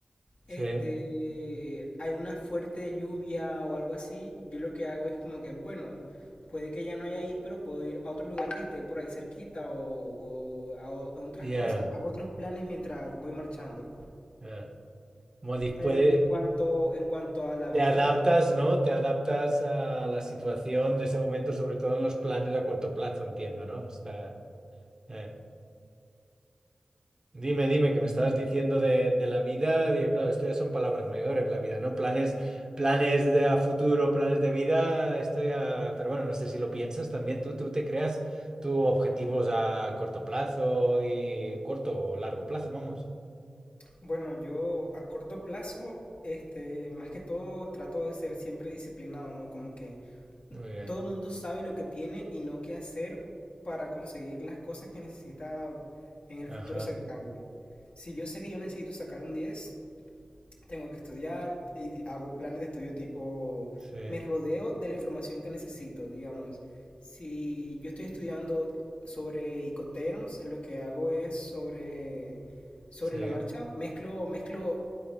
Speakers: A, on the right (about 30°); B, on the left (about 60°).
A: sí,
B: este, hay una fuerte lluvia o algo así. Yo lo que hago es como que, bueno, puede que ya no haya ahí, pero puedo ir a otro lugar que esté por ahí cerquita o, o a o- a otras
A: ya.
B: cosas. Hago otros planes mientras voy marchando.
A: ah. Modi-
B: En
A: puede.
B: cuanto, en cuanto a la
A: Te
B: vida,
A: adaptas, ¿no? Te adaptas a la situación de ese momento, sobre todo en los planes a corto plazo, entiendo, ¿no? Está, eh. Dime, dime, que me estabas diciendo de, de la vida. Digo, claro, esto ya son palabras mayores, la vida, ¿no? Planes, planes de a futuro, planes de vida, esto ya... Pero bueno, no sé si lo piensas también tú, tú te creas tus objetivos a corto plazo y corto o largo plazo, vamos.
B: bueno, yo a corto plazo, este, más que todo trato de ser siempre disciplinado, ¿no? Como que
A: Muy bien.
B: todo el mundo sabe lo que tiene y no qué hacer para conseguir las cosas que necesita en el
A: Ajá.
B: futuro cercano. Si yo sé que yo necesito sacar un 10 tengo que estudiar y hago planes de estudio tipo,
A: Sí,
B: me rodeo de la información que necesito, digamos. Si yo estoy estudiando sobre Icoterms, lo que hago es sobre, sobre
A: sí,
B: la marcha, mezclo, mezclo